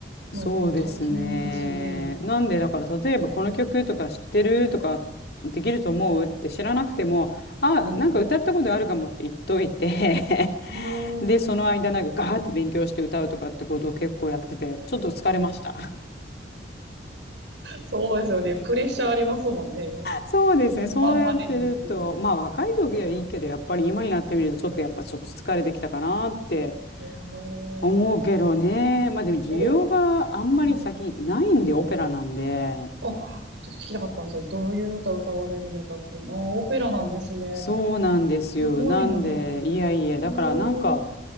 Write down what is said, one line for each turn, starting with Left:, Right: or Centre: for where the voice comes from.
Left: そうですね。
Right: の大変ですよね。
Left: なんでだから例えばこの曲とか知ってるとかできると思うって知らなくても、あ、
Right: うん。
Left: なんか歌ったことあるかもって言っといて <laughs>
Right: うーん
Left: で、その間なんかガーって勉強して歌うとかってことを結構やってて、ちょっと疲れました。
Right: そうですよね。プレッシャーありますもんね。
Left: そうですね。
Right: 本番までにっていう。
Left: そうやってると、まあ若い時はいいけど、やっぱり今になってみると、ちょっとやっぱちょっと疲れてきたかなって
Right: うーん。
Left: 思うけどね。まあでも需要があんまり先ないんで、
Right: どう、うん、
Left: オペラなんで。
Right: あ、ちょっと聞きたかったんですよ。どういう歌歌われるのかっていうのは、あーオペラなんですね。
Left: そうなんですよ。
Right: すごいな。
Left: なんで、いやいや、
Right: へ
Left: だからなんか、
Right: え。